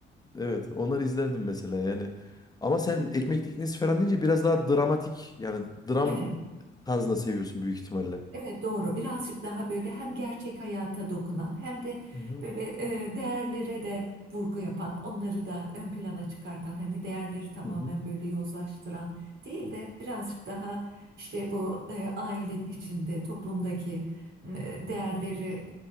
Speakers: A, on the left; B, on the right.
A: Evet, onları izlerdim mesela yani. Ama sen ekmek teknesi falan deyince biraz daha dramatik yani dram
B: Evet.
A: tarzında seviyorsun büyük ihtimalle.
B: Evet doğru. Birazcık daha böyle hem gerçek hayata dokunan hem de
A: Hı hı,
B: böyle e, değerlere de vurgu yapan, onları da ön plana çıkartan, hani değerleri tamamen
A: hı hı,
B: böyle yozlaştıran değil de birazcık daha işte bu e, aile içinde, toplumdaki e, değerleri